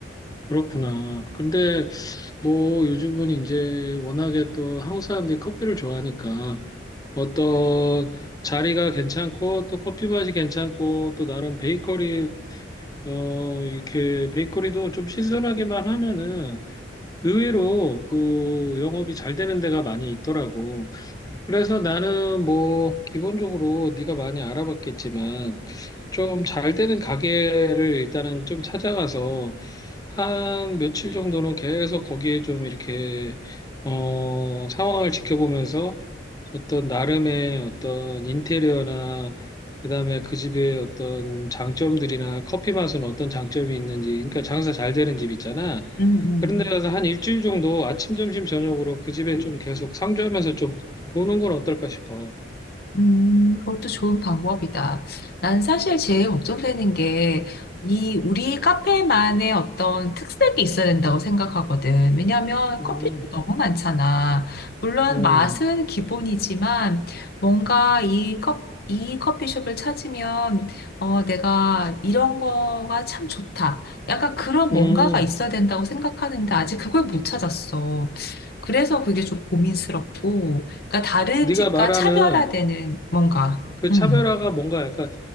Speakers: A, on the left; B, on the left.
A: 그렇구나. 근데 뭐 요즘은 이제 워낙에 또 한국 사람들이 커피를 좋아하니까 어떤 자리가 괜찮고 또 커피 맛이 괜찮고 또 나름 베이커리 어 이렇게 베이커리도 좀 신선하기만 하면은 의외로 그 영업이 잘 되는 데가 많이 있더라고. 그래서 나는 뭐 기본적으로 네가 많이 알아봤겠지만 좀 잘 되는 가게를 일단은 좀 찾아가서 한 며칠 정도는 계속 거기에 좀 이렇게 어 상황을 지켜보면서 어떤 나름의 어떤 인테리어나 그다음에 그 집의 어떤 장점들이나 커피 맛은 어떤 장점이 있는지 그러니까 장사 잘 되는 집 있잖아.
B: 음, 음,
A: 그런 데 가서 한 일주일 정도 아침, 점심, 저녁으로 그 집에 좀 계속 상주하면서 좀 보는 건 어떨까 싶어.
B: 음, 그것도 좋은 방법이다. 난 사실 제일 걱정되는 게, 이, 우리 카페만의 어떤 특색이 있어야 된다고 생각하거든. 왜냐면
A: 음.
B: 커피숍이 너무 많잖아. 물론
A: 어.
B: 맛은 기본이지만, 뭔가 이 컵, 이 커피숍을 찾으면, 어, 내가 이런 거가 참 좋다. 약간 그런 뭔가가
A: 음.
B: 있어야 된다고 생각하는데, 아직 그걸 못 찾았어. 그래서 그게 좀 고민스럽고, 그러니까 다른
A: 네가
B: 집과
A: 말하는
B: 차별화되는 뭔가.
A: 그
B: 음.
A: 차별화가 뭔가 약간